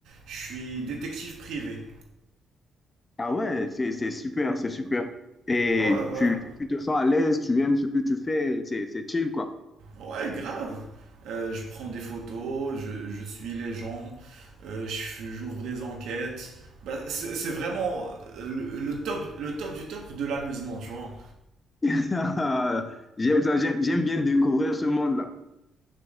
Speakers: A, on the right; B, on the left.
A: Je suis détective privé.
B: Ah ouais, c'est, c'est super, c'est super. Et
A: Ouais, voilà.
B: tu, tu, tu te sens à l'aise, tu aimes ce que tu fais, c'est, c'est chill, quoi.
A: Ouais, grave. Euh, je prends des photos, je, je suis les gens, euh, je fais- j'ouvre des enquêtes. Bah, c'est c'est vraiment euh, le, le top, le top du top de l'amusement, tu vois.
B: <laughs> J'aime ça, j'aime, j'aime bien découvrir ce monde-là.